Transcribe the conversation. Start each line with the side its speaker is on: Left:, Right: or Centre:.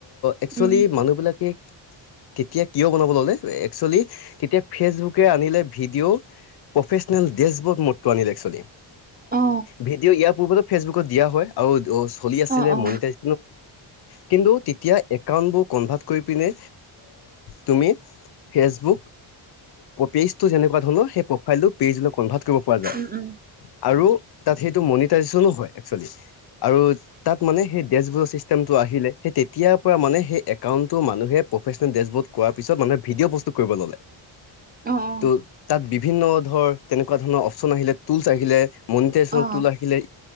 Left: একচলি
Right: উম
Left: মানুহবিলাকে কেতিয়া কিয় বনাব ল'লে একচুৱেলি তেতিয়া ফেচবুকে আনিলে ভিডিঅ' প্ৰফেচনেল ডচবুত মৰটো আনিল এক্সোৱেলি
Right: অ
Left: ভিডিঅ' ইয়াৰ পূৰ্বত ফেচবুকত দিয়া হয় আৰু অ চলি আছিলে
Right: অ অ
Left: মটাৰজ কিন্তু তেতিয়া একাউোৰ কনভাৰ্ কৰি পিনে তুমি ফেচবুক পেজটো যেনেকুৱা ধৰণ সেই প্ৰাইল পে কনভাৰ্ট কৰিব পৰা যায়
Right: উম উম
Left: আৰু তাত সেইটো মনিটাইজেচনো হয় আৰু তাত মানে সেই ডচবুক চিমটো আহিলে তেতিয়াৰ পৰা মানে সেই একাউ মানুহে প্ৰেচনেলবড কৰ পিছত মানে ভিডিঅ' বস্তু কৰিব ললে
Right: অ অ
Left: ত' তাত বিভিন্ন ধৰ তেনেকুৱা ধৰণৰ অপচন আহিলে টুলচ আহিলে মনিটেশনতো
Right: অ
Left: লিলে